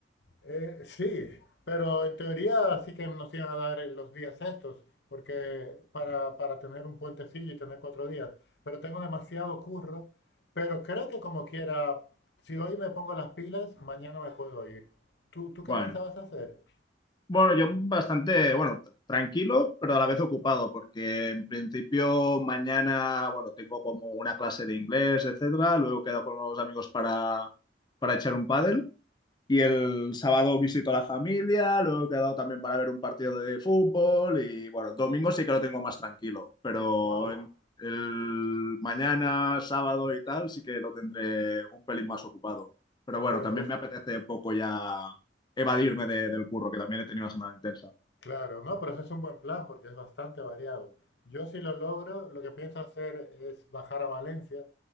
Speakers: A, on the left; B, on the left.
A: Eh, sí, pero en teoría sí que nos iban a dar eh, los días estos, porque para, para tener un puentecillo y tener cuatro días, pero tengo demasiado curro, pero creo que como quiera, si hoy me pongo las pilas, mañana me puedo ir. ¿Tú, tú
B: Bueno,
A: qué pensabas hacer?
B: bueno, yo bastante, bueno, tr- tranquilo, pero a la vez ocupado, porque en principio mañana, bueno, tengo como una clase de inglés, etcétera. Luego quedo con los amigos para, para echar un pádel Y el sábado visito a la familia, luego he quedado también para ver un partido de fútbol y bueno, domingo sí que lo tengo más tranquilo, pero
A: Wow,
B: en- el mañana, sábado y tal sí que lo tendré un pelín más ocupado. Pero bueno,
A: pues
B: también
A: es-
B: me apetece un poco ya evadirme de- del curro, que también he tenido una semana intensa.
A: Claro, no, pero ese es un buen plan porque es bastante variado. Yo si lo logro, lo que pienso hacer es bajar a Valencia